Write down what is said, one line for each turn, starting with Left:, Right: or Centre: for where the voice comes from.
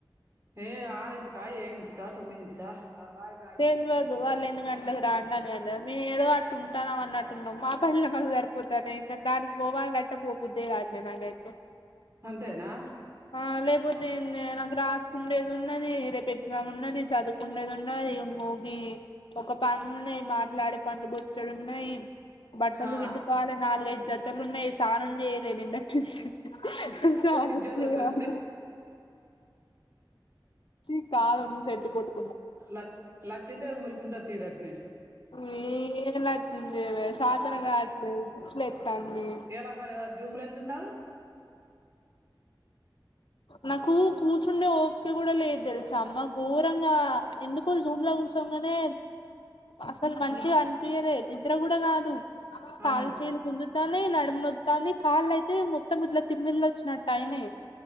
Right: ఏ ఆరింటికా, ఏడింటికా, తొమ్మిది ఇంటికా ఆ బాయ్ద
Left: తెలివదు వాళ్ళ ఎన్ని గంటలలకు రా అంటే అన్ని గంటల మే ఏదో అట్టు ఉంటాన్నాం అన్నట్టు ఉన్నాం మా పనులే మాకు సరిపోతానాయ్ ఇంకా దానికి పోవాలంటే పోబుద్దే కాదు నాకు అయితే
Right: అంతేనా
Left: ఆ లేకపోతే ఏందే రాసుకుండేది ఉన్నది రేపు ఎగ్జామ్ ఉన్నది చదువుకుండేది ఉ న్నది మోగి ఒక పని మాట్లాడే పనులు బో చెడు ఉన్నాయి బట్టలు
Right: ఆ
Left: పిండుకోవాలి నాలుగైదు జతలు ఉన్నాయి స్నానం చేయలే నిన్నటి నుంచి స్నానం
Right: ఇజ్జత్
Left: చేయాలి
Right: పోతది
Left: ఛీ కాదు నేను సెంటు కొట్టు
Right: లచ్చు లచ్చిందేవి మురికి ఉంటది తీర్రి అట్నే
Left: ఇప్పుడు ఏ లచ్చిందేవి సాతన గాట్లేలేదు పిచ్చి లేత్తన్ది.
Right: ఇయాల మరి వాళ్ళు జూమ్ల ఎట్లున్నారు.
Left: నాకు కూర్చుండే ఓపిక గుడా లేదు దేల్సా అమ్మ, ఘోరంగా ఎందుక్ <unintelligible> కూసోంగానే అసల్ మంచిగా అనిపియలే నిద్ర కూడా కాదు. కాళ్లు
Right: ఆ
Left: చేలు గుంజుతాన్నై, నడుమ నొత్తన్ది, కాళ్ళయితే మొత్తం ఇట్లా తిమ్మిర్ అచ్చినట్ టైనై